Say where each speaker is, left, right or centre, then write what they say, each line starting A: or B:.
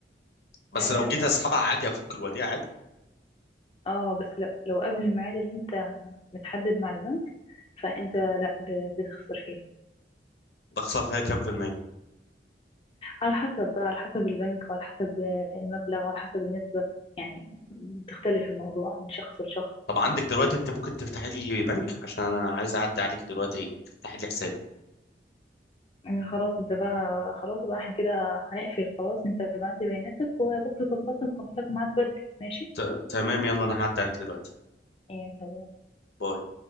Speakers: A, on the left; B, on the left.
A: بس
B: آه
A: لو جيت
B: بس
A: اسحبها عادي افك الوديعه عادي
B: اه بس لو لو قبل الميعاد اللي انت متحدد مع البنك فانت لا ب- بتخسر فيها
A: بخسر فيها كام في المية
B: على حسب بقى على حسب البنك وعلى حسب المبلغ وعلى حسب النسبة يعني بتختلف الموضوع من شخص لشخص
A: طب عندك دلوقتي انت ممكن تفتحي لي بنك عشان انا عايز اعدي عليك دلوقتي تفتحي لي حساب
B: يعني خلاص انت بقى خلاص بقى احنا كده هنقفل خلاص انت ابعت لي بياناتك وبكره ظبطك وهاخد لك ميعاد بدري ماشي
A: ت... تمام يلا انا هعدي عليك دلوقتي
B: يعني
A: باي